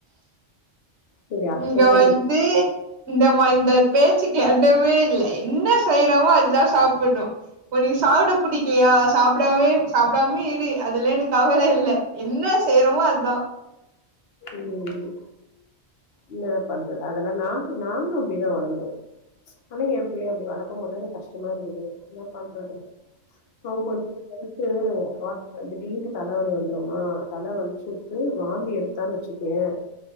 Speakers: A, on the left; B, on the right.
A: சரி அத்தோட
B: நீங்க வந்து
A: நிறுத்தி
B: இந்த ம இந்த பேச்சுக்கு எடமே இல்ல என்ன செய்யறோமோ அதா சாப்பிடணு உனக்கு சாப்பிட புடிக்கலையா சாப்பிடாமே சாப்பிடாமே இரு அதெல்லா எனக்கு கவல இல்ல என்ன செய்யறோமோ அதா
A: ம் என்ன பண்றது அதெல்லா நா நாங்களு அப்டிதா வளந்தோ ப்ச் ஆனா என் பிள்ளய அப்படி வளக்க முடிலனு கஷ்டமா இருக்குது என்ன பண்றது போன் பண்ட்டு தெலசு திடீர்ன்ட்டு தலவலி வந்துரும்மா தல வலிச்சுட்டு வாந்தி எடு த்தான்னு வெச்சுக்கேன்